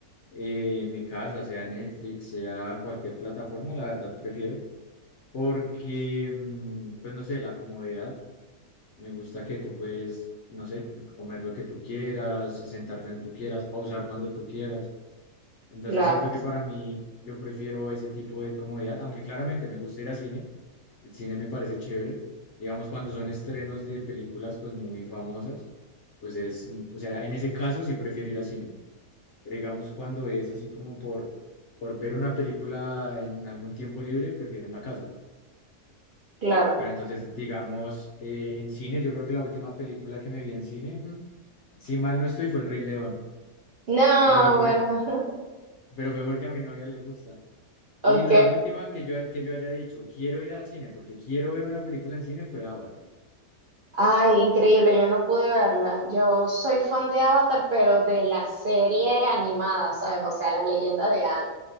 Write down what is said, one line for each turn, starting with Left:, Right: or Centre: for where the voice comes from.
Left: eh, en mi casa, sea Netflix, sea cualquier plataforma, la verdad prefiero. Porque, mm, pues no sé, la comodidad, me gusta que tú puedes, no sé, comer lo que tú quieras, sentarte donde tú quieras, pausar cuando tú quieras. Entonces
Right: Claro,
Left: siento que para mí yo prefiero ese tipo de comodidad, aunque claramente me gusta ir a cine, el cine me parece chévere. Digamos, cuando son estrenos de películas pues muy famosas, pues es, o sea, en ese caso sí prefiero ir a cine. Pero digamos, cuando es así como por, por ver una película en algún tiempo libre, prefiero en la casa.
Right: claro.
Left: Pero entonces, digamos, eh, en cine, yo creo que la última película que me vi en cine, <laughs> ujú, si mal no estoy, fue El Rey León,
Right: No,
Left: pero fue por-
Right: bueno. <laughs>
Left: pero fue porque a mi novia le gusta. Y
Right: Ok.
Left: la última que yo, que yo haya dicho, quiero ir al cine porque quiero ver una película en cine, fue Avatar.
Right: Ay, increíble, yo no pude verla. Yo soy fan de Avatar, pero de la serie animada, ¿sabes? O sea, la leyenda de Aang.